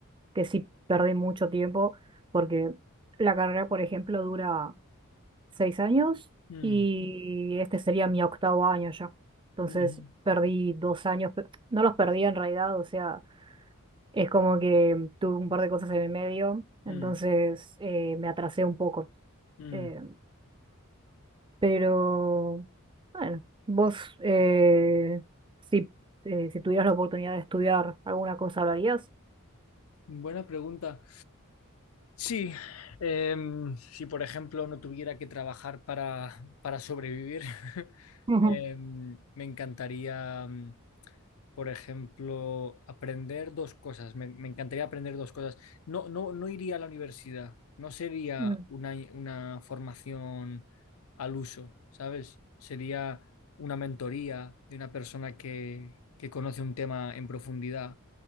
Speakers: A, on the right; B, on the left.
A: que sí perdí mucho tiempo porque la carrera, por ejemplo, dura seis años
B: mm,
A: y este sería mi octavo año ya. Entonces
B: ujú,
A: perdí dos años, pe- no los perdí en realidad, o sea, es como que tuve un par de cosas en el medio, entonces
B: mm,
A: eh, me atrasé un poco.
B: mm.
A: Eh,
B: mm.
A: Pero, bueno, vos, eh, si, eh, si tuvieras la oportunidad de estudiar alguna cosa, ¿lo harías?
B: Buena pregunta. Sí, em, si por ejemplo no tuviera que trabajar para, para sobrevivir, <laughs>
A: Ujú.
B: em, me encantaría. mm, por ejemplo, aprender dos cosas. Me, me encantaría aprender dos cosas. No, no, no iría a la universidad. No sería
A: Mm,
B: una, una formación al uso, ¿sabes? Sería una mentoría de una persona que, que conoce un tema en profundidad